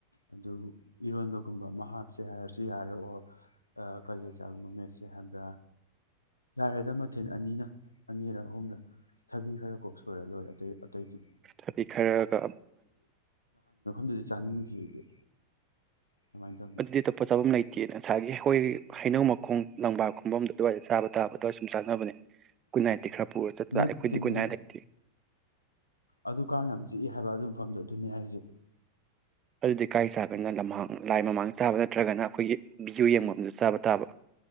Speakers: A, on the left; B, on the right.
A: ꯑꯗꯨ ꯏꯔꯣꯟꯕꯒꯨꯝꯕ ꯑꯃ ꯍꯥꯞꯁꯦ ꯍꯥꯏꯔꯁꯨ ꯌꯥꯔꯦ ꯑꯣꯔ ꯀꯥꯂꯦꯖꯥꯒꯨꯝꯕ ꯃꯦꯠꯁꯦ ꯍꯥꯏꯕ꯭ꯔꯥ ꯌꯥꯔꯦꯗ ꯃꯊꯦꯜ ꯑꯅꯤꯅ ꯑꯅꯤꯔꯛ ꯑꯍꯨꯝꯂꯛ ꯊꯕꯤ ꯈꯔ ꯀꯣꯛ ꯁꯣꯏꯔ ꯂꯣꯏꯔꯦ ꯑꯇꯩ ꯑꯇꯩꯗꯤ
B: ꯊꯕꯤ ꯈꯔꯒ
A: ꯗꯨꯗꯤ ꯆꯥꯅꯤꯡꯗ꯭ꯔꯤ ꯑꯩꯗꯤ ꯑꯗꯨꯃꯥꯏꯅ ꯇꯧꯅ
B: ꯑꯗꯨꯗꯤ ꯑꯇꯣꯞꯄ ꯆꯥꯐꯝ ꯂꯩꯇꯦꯌꯦ ꯊꯥꯊꯥꯒꯤ ꯑꯈꯣꯏꯒꯤ ꯍꯩꯅꯧ ꯃꯈꯣꯡ ꯂꯪꯕꯥ ꯈꯣꯡꯝꯕꯝꯗ ꯑꯗꯨꯋꯥꯏꯗ ꯆꯥꯕ ꯇꯥꯕ ꯑꯗꯨꯋꯥꯏ ꯁꯨꯝ ꯆꯥꯅꯕꯅꯦ ꯒꯨꯅꯥꯢꯠꯗꯤ ꯈꯔ ꯄꯨꯔ ꯆꯠꯄ
A: ꯅꯠꯇꯦꯃꯦ
B: ꯑꯈꯣꯏꯗꯤ ꯒꯨꯠꯅꯥꯏꯠ ꯂꯩꯇꯦ
A: ꯑꯗꯨ ꯀꯥꯡ ꯌꯥꯝ ꯆꯤꯛꯏ ꯍꯥꯏꯕ ꯑꯗꯨ ꯃꯐꯝꯗꯣ ꯑꯗꯨꯅꯤ ꯍꯥꯏꯁꯦ
B: ꯑꯗꯨꯗꯤ ꯀꯥꯏ ꯆꯥꯕꯅꯤꯅ ꯂꯝꯍꯥꯡ ꯂꯥꯏ ꯃꯃꯥꯡ ꯆꯥꯕ ꯅꯠꯇ꯭ꯔꯒꯅ ꯑꯈꯣꯏꯒꯤ ꯚꯤꯌꯨ ꯌꯦꯡꯕꯝ ꯗꯨ ꯆꯥꯕ ꯇꯥꯕ